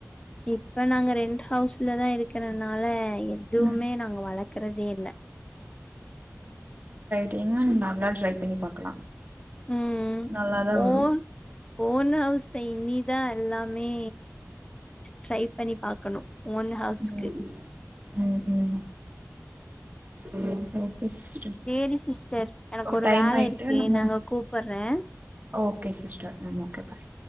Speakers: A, on the left; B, on the right.
A: இப்ப நாங்க ரெண்ட் ஹவுஸ்லதா இருக்கறனால எதுவுமே
B: ம்
A: நாங்க வளக்கறதே இல்ல
B: டிங்கா நல்லா ட்ரை பண்ணி பாக்கலா
A: ம்ம்
B: நல்லாதா வரு
A: ஓன் ஓன் ஹவுல்ல நீ தா எல்லாமே ட்ரை பண்ணி பாக்கணு ஓன் ஹவுஸ்க்கு
B: கண்டிப்பா ம், ம் சேரி சேரி நெக்ஸ்ட்
A: சேரி சிஸ்டர் எனக்கு
B: ஓ
A: ஒரு
B: டைம்
A: வேல
B: ஆயிட்டா
A: இருக்கு
B: நம்ம
A: நாங்க கூப்பட்றே
B: ஓகே சிஸ்டர் ம் ஓகே பாய்